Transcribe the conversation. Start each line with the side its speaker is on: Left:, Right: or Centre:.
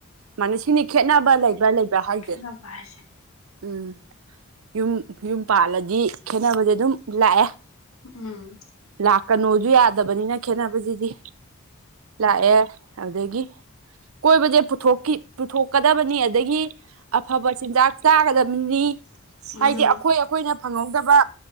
Right: ꯃꯥꯅꯤ ꯁꯤꯅꯤ ꯈꯦꯠꯅꯕ ꯂꯩꯕ ꯂꯩꯕ ꯍꯥꯏꯖ‌ꯦ
Left: ꯈꯦꯠꯅꯕ ꯍꯥꯏꯁꯦ
Right: ꯎꯝ ꯌꯨꯝ ꯌꯨꯝ ꯄꯥꯜꯂꯗꯤ ꯈꯦꯠꯅꯕꯖ‌ꯦ ꯑꯗꯨꯝ ꯂꯥꯛꯑꯦ
Left: ꯎꯝ꯫
Right: ꯂꯥꯛꯀꯅꯣꯁꯨ ꯌꯥꯗꯕꯅꯤꯅ ꯈꯦꯠꯅꯕꯁꯤꯗꯤ ꯂꯥꯛꯑꯦ ꯑꯗꯨꯗꯒꯤ꯫ ꯀꯣꯏꯕꯖꯦ ꯄꯨꯊꯣꯛꯀꯤ ꯄꯨꯊꯣꯛꯀꯗꯕꯅꯤ ꯑꯗꯒꯤ ꯑꯐꯕ ꯆꯤꯟꯖꯥꯛ ꯆꯥꯒꯗꯕꯅꯤ
Left: ꯎꯝ
Right: ꯍꯥꯏꯗꯤ ꯑꯩꯈꯣꯏ ꯑꯩꯈꯣꯏꯅ ꯐꯪꯍꯧꯗꯕ